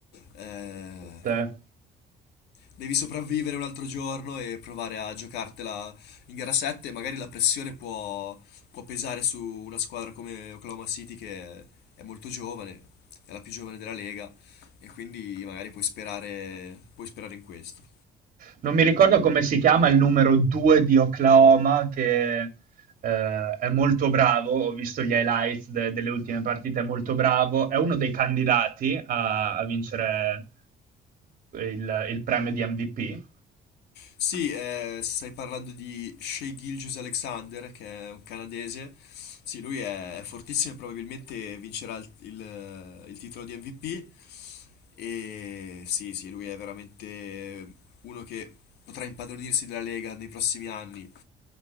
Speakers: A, on the left; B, on the right.
A: eh,
B: te.
A: Devi sopravvivere un altro giorno e provare a giocartela in gara 7. Magari la pressione può, può pesare su una squadra come Oklahoma City che è, è molto giovane, è la più giovane della Lega e quindi magari puoi sperare, puoi sperare in questo.
B: Non mi ricordo come si chiama il numero 2 di Oklahoma che eh, è molto bravo, ho visto gli highlights de- delle ultime partite, è molto bravo, è uno dei candidati a, a vincere il, il premio di MVP.
A: Sì, eh, stai parlando di Shea Gilgeous-Alexander che è un canadese. Sì, lui è, è fortissimo e probabilmente vincerà il, il- il titolo di MVP. E sì, sì, lui è veramente uno che potrà impadronirsi della Lega nei prossimi anni.